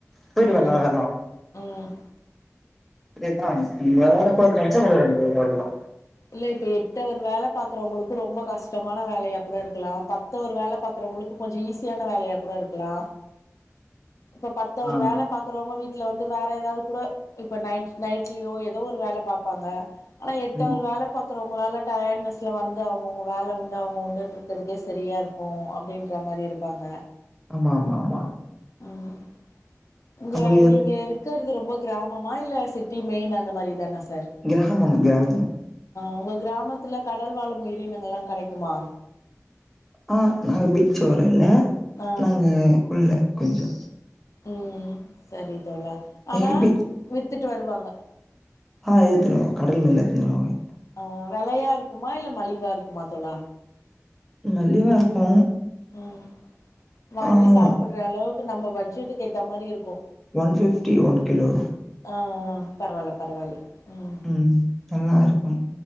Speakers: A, in the centre; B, on the left (about 70°).
A: போய்ட்டு <unintelligible>
B: ம்
A: வர்ல
B: ம்
A: அதேதா இங்க விளாடகூடாது
B: ம்
A: நெனச்சா விள்ளாட முடியாது அவ்ளோதா
B: இல்ல இப்ப எட்டவர் வேலை பாக்குறவங்களுக்கு ரொம்ப கஷ்டமான வேலையா கூட இருக்கலா பத் மத்த ஒரு வேலை பாக்கறவங்களுக்கு கொஞ்ச ஈஸியான வேலையா கூட இருக்கலா இப்ப பத்த ஒரு
A: ஆ
B: வேலை பாக்குறவங்க வீட்ல வந்து வேற எதாவது கூட இப்ப நைட் நைட்லயோ எதோ ஒரு வேலை பாப்பாங்க ஆனா எட்ட
A: ஆமா
B: வேல பாக்குறவங்களால டயட்னஸ்ல வந்து அவுங்கவுங்க வேல உண்டு அவுங்க உண்டுனு இருக்றதுக்கே செரியா இருக் கு அப்டின்ற மாரி இருப்பாங்க
A: ஆமா ஆமா ஆமா
B: ம் உங்க
A: நம்மளுக்கு
B: நீங்க இருக்கறது ரொம்ப கிராமமா இல்ல சிட்டி மெயின் அந்த மாரி தானா சார்
A: கிராமம் கிராமம்
B: உங்க கிராமத்துல கடல் வாழும் உயிரினங்கல்லா கெடைக்குமா
A: ஆ நாங்க பீச் ஓர இல்ல
B: ஆ
A: நாங்க உள்ள கொஞ்சொ
B: ம் சரி தோழா ஆனா
A: எங்களுக்கு
B: வித்துட்டு வருவாங்க
A: அ எடுத்துனுருவாங் கடைலந்து எடுத்துன் வந்ருவாங்க
B: ஆ வெலையா இருக்குமா இல்ல மலிவா இருக்குமா தோழா
A: மலிவா இருக்கு
B: ம் வாங்கி
A: ஆமா
B: சாப்படுற அளவுக்கு நம்ப பட்ஜெட்டுக்கேத்தா மாரி இருக்கு
A: ஒன் ஃபிஃப்டி ஒன் கிலோ
B: அ அ பரவால பரவால ம்
A: ம் நல்லா இருக்கும்